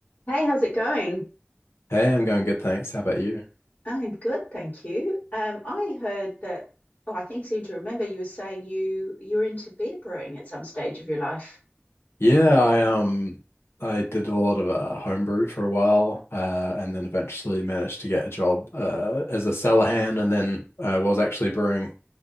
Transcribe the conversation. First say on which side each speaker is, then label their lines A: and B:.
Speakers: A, on the left (about 40°); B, on the left (about 85°).
A: Hey, how's it going?
B: Hey, I'm going good, thanks. How about you?
A: I'm good, thank you. Um, I heard that, oh, I think seem to remember you were saying you you were into beer brewing at some stage of your life.
B: Yeah, I um I did a lot of uh, homebrew for a while, uh, and then eventually managed to get a job uh, as a cellar hand, and then I was actually brewing